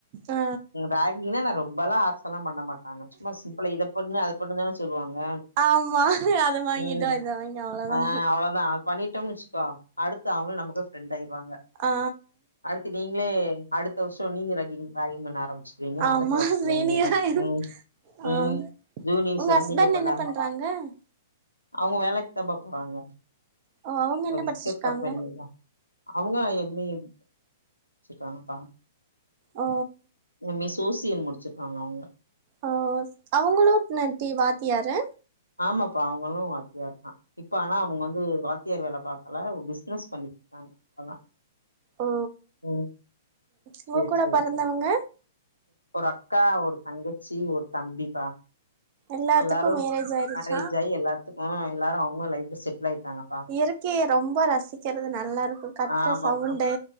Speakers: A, on the right (about 35°); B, on the left (about 85°).
A: ஆ
B: ரேக்கிங் நான் ரொம்பலாம் ஆச எல்லாம் பண்ண மாட் டாங்க சும்மா சிம்பிளா இதை பண்ணு அதை பண்ணு தானே சொல்லுவாங்க
A: ஆமா அத வாங்கிட்டோ
B: உம்
A: இத வாங்கிட்டோ அவ்ளோதா
B: ஆ அவ்ளோதான் அது பண்ணிட்டம் வச்சுக்கோ அடுத்து அவங்களும் நமக்கு ஃப்ரெண்ட் ஆயிருவாங்க
A: ஆ
B: அடுத்து நீங்களே அடுத்த வருஷம் நீங்க ராக்கிங் ராக்கிங் பண்ணா ஆரம் சரிங்களா
A: ஆமா
B: அடுத்து வர பிள்ளைங்கள
A: சீனியர் ஆயிரு
B: உம்
A: ஆ
B: உம் ஜூனியர்ச
A: உங்க
B: வந்து
A: ஹஸ்பண்ட்
B: நீங்க பண்ணா
A: என்ன
B: ஆர
A: பண்றாங்க
B: அவங்க வேலைக்கு தான் பா போறாங்க
A: ஓ அவங்க என்ன
B: பிஸ்கட்
A: படிச்சிருக்காங்க
B: கம்பெனில அவங்க எம் எ முடிச்சிட்டாங்க பா
A: ஓ
B: எம் எ சோசியல் முடிச்சிருக்காங்க அவங்க
A: ஆ அவங்களும் நத்தி வாத்தியாரு
B: ஆமாப்பா அவங்களு வாத்தியாரு தா இப்ப ஆனா அவங்க வந்து வாத்தியார் வேல பாக்கல பிசினஸ் பண்ணிட்டு இருக்காங்க அதா
A: ஓ
B: ஓ
A: உங்க
B: சேரி
A: கூட
B: சேரி
A: பொறந்தவங்க
B: ஒரு அக்கா ஒரு தங்கச்சி ஒரு தம்பிப்பா
A: எல்லாத்துக்கு
B: எல்லாரு
A: மேரேஜ் ஆயிடுச்சு
B: மேரேஜ் ஆயி எல்லாத்துக்கு எல்லாரு அவங்க லைஃப்ல செட்டில் ஆயிட்டாங்கப்பா
A: இயற்கைய ரொம்ப ரசிக்கிறது நல்லா இருக்கு கத்துற
B: ஆமாப்பா
A: சவுண்டு